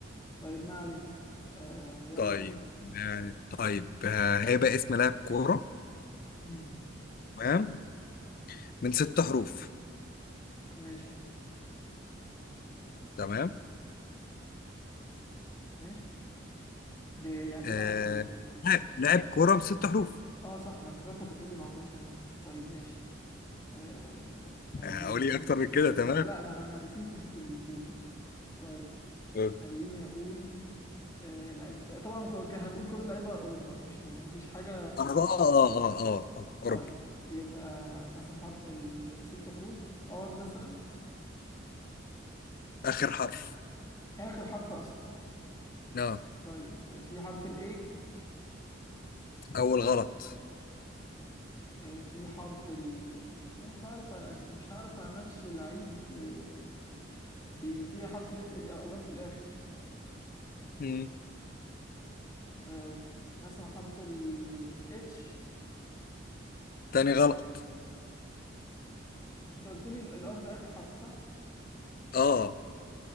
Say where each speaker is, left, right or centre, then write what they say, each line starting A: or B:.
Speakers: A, on the left (about 20°); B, on the left (about 50°).
A: طيب ما علينا آه يلا
B: طيب
A: فكر
B: يعني طيب آه، هيبقى اسم لاعب كورة
A: امم
B: تمام من ست حروف
A: ماشي
B: تمام
A: ماشي بي... يعني بيلعب
B: آه
A: بي...
B: لاعب لاعب كوره بست حروف
A: اه صح انا افتكرتك هتقولي معلومات تانية اصلا طيب ماشي آه خلينا
B: آه، اقول ايه اكتر من كده تمام
A: ما انا لا ما انا ما نسيت نسيت الرولز بس طيب
B: آه،
A: خليني اقول آه لعيب آه، طبعا كل... كان هنقول كل لعيبة اوروبا مفيش مفيش حاجة
B: اه اه اه اه آه، اوروبا
A: طيب يبقى مثلا حرف الست حروف ار مثلا
B: اخر حرف
A: اخر حرف اصلا
B: اه
A: طيب في حرف الاي
B: اول غلط
A: آه، في حرف ال مش كده مش هعرف أش... مش هعرف اماتش لعيب آه، بي... في حرف الاف ال... الار في الاخر
B: مم.
A: آه، مثلا حرف ال اتش
B: تاني غلط
A: انت قلت لي الار ده اخر حرف صح
B: اه